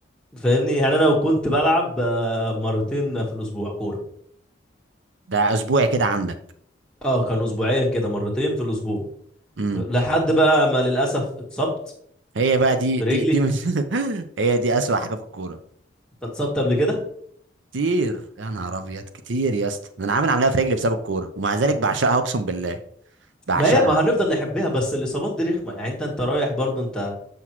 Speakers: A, in the centre; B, on the right.
A: فاهمني يعني انا لو كنت بلعب آه، مرتين في الاسبوع كوره
B: ده اسبوعي كده عندك
A: اه كان اسبوعيا كده مرتين في الاسبوع
B: امم
A: لحد بقى ما للاسف اتصبت
B: هي بقى دي
A: في
B: دي
A: رجلي
B: دي من... <laughs> هي دي اسوأ حاجه في الكوره
A: انت اتصبت قبل كده
B: كتير يا نهار ابيض كتير يا اسطى ده انا عامل عمليه في رجلي بسبب الكوره ومع ذلك بعشقها اقسم بالله بعشقها
A: ما هي ما هنفضل نحبها بس الاصابات دي رخمه يعني انت انت رايح برضو انت